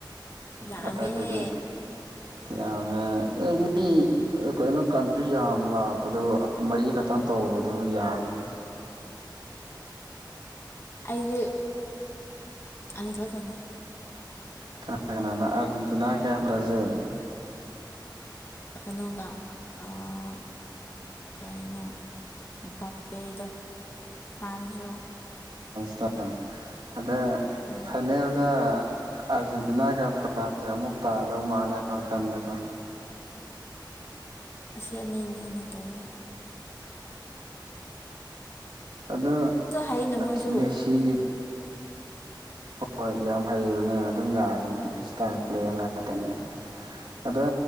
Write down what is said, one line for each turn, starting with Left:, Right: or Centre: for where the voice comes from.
Left: ꯌꯥꯝꯃꯦꯍꯦ
Right: ꯑꯇꯩꯗꯤ ꯌꯥꯝꯃꯦ ꯑꯦꯅꯤ ꯀꯩꯅꯣ ꯀꯟꯇ꯭ꯔꯤ ꯌꯥꯝ ꯂꯥꯛꯄꯗꯨ ꯃꯔꯤ ꯈꯛꯇꯪ ꯇꯧꯕꯗꯨ ꯌꯥꯝꯃꯤ
Left: ꯑꯩꯒꯤ ꯑꯅꯤꯈꯛꯇꯅꯤ
Right: ꯀꯅꯥ ꯀꯅꯥꯅꯣ ꯑꯔꯖꯦꯟꯇꯤꯅꯥ ꯀꯌꯥ ꯕ꯭ꯔꯥꯖꯤꯜ
Left: ꯀꯩꯅꯣꯒ ꯑꯥ ꯀꯩꯅꯣ ꯕꯞꯄꯦꯗꯣ ꯐ꯭ꯔꯥꯟꯁꯂꯣ
Right: <unintelligible> ꯍꯟꯗꯛ
Left: ꯍꯣꯏ
Right: ꯐꯥꯏꯅꯦꯜꯗ ꯑꯥꯔꯖꯦꯟꯇꯤꯅꯥꯒ ꯐ꯭ꯔꯥꯟꯁꯀ ꯑꯃꯨꯛ ꯇꯥꯗꯧ ꯃꯥꯂꯦ <unintelligible>
Left: ꯑꯁꯤ ꯑꯅꯤꯅꯦ ꯑꯩꯅ ꯇꯧꯔꯤꯁ
Right: ꯑꯗꯣ
Left: ꯍꯩꯅ
Right: ꯑꯁ
Left: ꯃꯣꯏꯁꯨ
Right: ꯃꯦꯁꯤꯒꯤ ꯍꯣꯏ ꯌꯥꯝ ꯍꯩꯕꯅꯦ ꯑꯗꯨꯝ ꯌꯥꯕꯅꯦ ꯏꯁꯇꯥꯔ ꯄ꯭ꯂꯦꯌꯔ ꯉꯥꯛꯇꯅꯦ ꯑꯗ